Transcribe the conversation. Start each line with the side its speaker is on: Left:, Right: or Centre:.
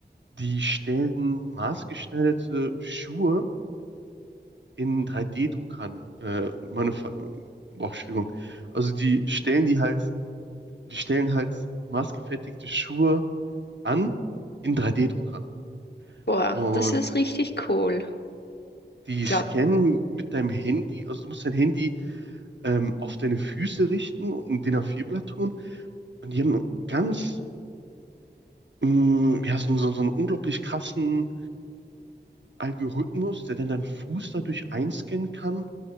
Right: Die stellen maßgeschneiderte Schuhe in 3D-Druckern, äh, manufa boah, Entschuldigung. Also die stellen die halt, die stellen halt maßgefertigte Schuhe an in 3D-Druckern.
Left: Boah,
Right: Und
Left: das ist richtig cool.
Right: die
Left: Ich glaube,
Right: scannen mit deinem Handy, also du musst dein Handy ähm, auf deine Füße richten und ein DIN A4-Blatt tun. Und die haben ganz, mh, ja, so, so, so einen unglaublich krassen Algorithmus, der dann deinen Fuß dadurch einscannen kann